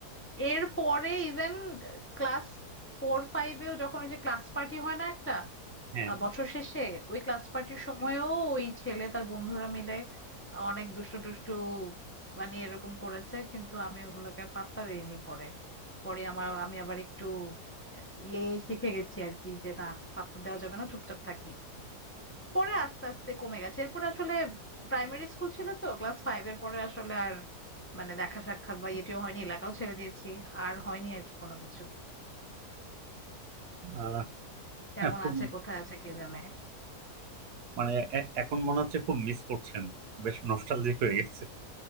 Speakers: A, on the left; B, on the right.
A: এরপরে ইভেন ক্লাস ফোর ফাইভেও যখন ওই যে ক্লাস পার্টি হয় না একটা
B: হ্যাঁ
A: আহ, বছর শেষে ওই ক্লাস পার্টির সময়ও ওই ছেলে তার বন্ধুরা মিলে অনেক দুষ্টু টুষ্টু মানে এরকম করেছে কিন্তু আমি ওগুলোকে আর পাত্তা দিইনি পরে পরে আমার আমি আবার একটু আহ, ইয়ে শিখে গেছি আর কি যে না পাত্তা দেওয়া যাবে না চুপচাপ থাকি পরে আস্তে আস্তে কমে গেছে এরপর আসলে প্রাইমারি স্কুল ছিল তো ক্লাস ফাইভ এর পরে আসলে আর মানে দেখা সাক্ষাৎ বা ইয়েটিও হয়নি এলাকাও ছেড়ে দিয়েছি আর হয়নি আর কি কোনো কিছু
B: আহ,
A: কেমন
B: হ্যাঁ, খুব
A: আছে কোথায় আছে কে জানে
B: মানে এ- এখন মনে হচ্ছে খুব মিস করছেন বেশ নস্টালজিক হয়ে গেছে